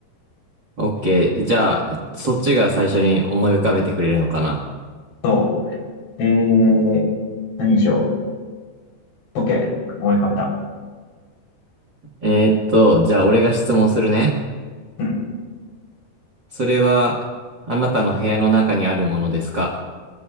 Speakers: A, on the right; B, on the left.
A: ー。オッケー。じゃあ、そっちが最初に思い浮かべてくれるのかな。
B: そう。えー、何にしよう。OK。思い浮かべた。
A: えーっと、じゃあ俺が質問するね。
B: うん。
A: それは、あなたの部屋の中にあるものですか